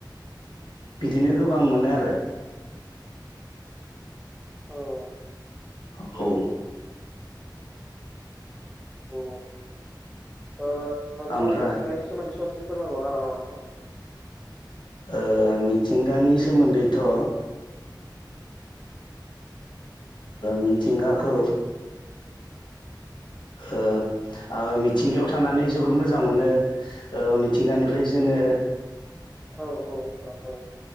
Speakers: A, on the left; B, in the centre.
A: बिदिनो गोबां मोनो आरो
B: औ औ
A: औ
B: ओ नोंथाङा
A: ओमफ्राय
B: मिथिंगानि सोमोनदै साव फोरमायबावनो हागोन नामा नोंथां?
A: ओ मिथिंगानि सोमोनदैथ' ओ मिथिंगाखौ ओ ओ मिथिंगायाव थानानै जोबोर मोजां मोनो मिथिंगानिफ्राय जोङो
B: औ औ नोंथां औ